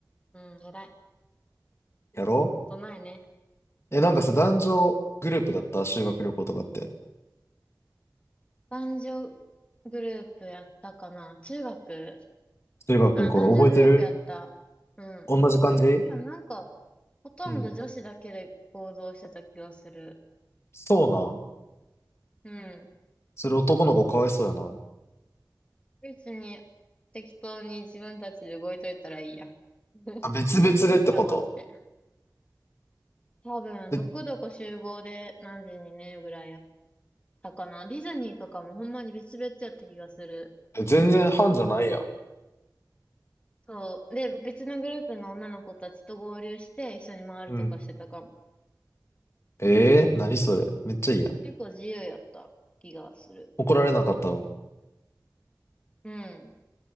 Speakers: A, on the left (about 15°); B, on the left (about 40°).
A: うん、偉い。
B: やろ
A: 大人やね。
B: え、なんかさ、男女グループだった修学旅行とかって。
A: 男女グループやったかな中学
B: 修学くん、
A: あ、
B: これ覚えてる
A: 男女グループやった。うん。
B: 同じ感じ
A: いや、なんか、ほとんど女子だけで行動してた気がする。
B: うん。そうなん
A: うん。
B: それ男の子かわいそうやな。
A: だって別に、適当に自分たちで動いといたらいいやん。<laughs> い
B: あ、別々でってこと
A: や、待って。多分、
B: え、
A: どこどこ集合で何時にね、ぐらいやたかな。ディズニーとかもほんまに別々やった気がする。
B: 全然班じゃないやん。
A: そう。で、別のグループの女の子たちと合流して一緒に回るとかしてたかも。
B: うん。ええー、何それ。めっちゃいいやん。
A: 結構自由やった気がする。
B: 怒られなかったの
A: うん。